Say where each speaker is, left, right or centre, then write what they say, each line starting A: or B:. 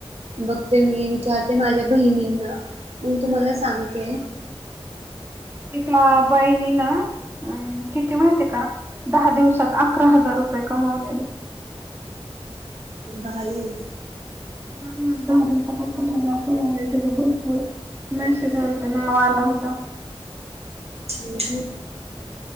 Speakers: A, on the right (about 80°); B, on the right (about 20°).
A: बघते मी विचारते माझ्यां बहिणींना मंग तुम्हांला सांगते.
B: एका बाईनी ना हम् किती माहिती का दहा दिवसात अकरा हजार रुपये कमावलेले
A: भारीये
B: हम्म द त्याच ग्रुपवर मेसेज आलता ना आला होत
A: हम्म हम्म